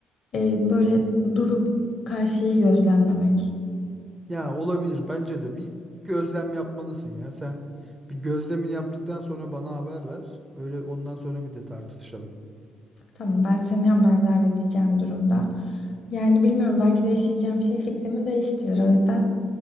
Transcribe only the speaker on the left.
e, böyle durup karşıyı gözlemlemek.
Tamam ben seni haberdar edeceğim durumdan. Yani bilmiyorum belki değişeceğim şey fikrimi değiştirir. O yüzden